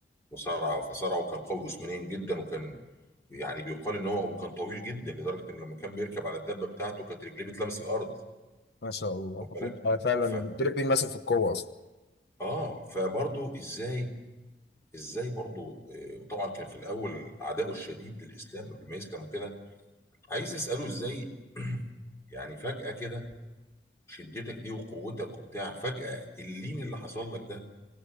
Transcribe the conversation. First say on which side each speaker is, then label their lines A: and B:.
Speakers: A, on the left; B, on the left.
A: مصارعة فصارع وكان قوي جسمانيا جدا وكان يعني بيقال ان هو وكان طويل جدا لدرجة ان لما كان بيركب على الدابة بتاعته كانت رجليه بتلمس الارض
B: ما شاء الله
A: واخد بالك
B: هو فعلا
A: ف
B: دربين مثلا في القوة أصلا
A: اه فبرضه ازاي ازاي برضه آه، وطبعا كان في الاول عداؤه الشديد للاسلام قبل ما يسلم وكده عايز اساله ازاي <clears throat> يعني فجأة كده شدتك دي وقوتك وبتاع فجأة اللين اللي حصل لك ده